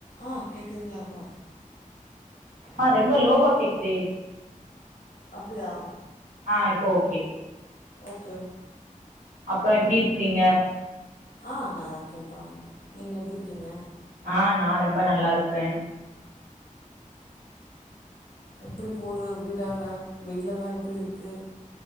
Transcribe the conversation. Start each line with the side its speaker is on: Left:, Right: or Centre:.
Left: ஆ கேக்குதுங்களா இப்போ
Right: ஆ ரொம்ப லோவா கேக்குதே
Left: அப்டியா
Right: ஆ இப்போ ஓகே
Left: ஓகே ஓகே
Right: அப்புறம் எப்படி இருக்கிறீங்க
Left: ஆ நல்லா இருக்கேன்ப்பா நீங்க எப்படி இருக்கீங்க
Right: ஆ நா ரொம்ப நல்லா இருக்கறேன்
Left: எப்படி போது வீடாங்க வெயில எல்லாம் எப்படி இருக்கு